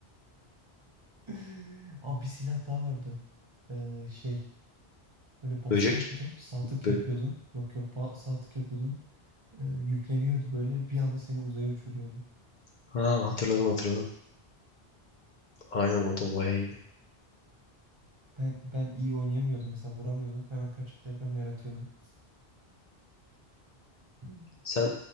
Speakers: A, on the right; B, on the left.
A: <laughs> Abi bir silah daha vardı. Eee, şey böyle basıyordun.
B: Böcek.
A: Sağ
B: Bö
A: tık yapıyordun. Yok yok ba- sağ tık yapıyordun. e, yükleniyordu böyle bir anda seni uzaya uçuruyordu.
B: ha hatırladım hatırladım. Aynen o da bayağı iyiydi.
A: Ben ben iyi oynayamıyordum mesela vuramıyordum. Hemen kaçıp deprem yaratıyordum. Hı.
B: Sen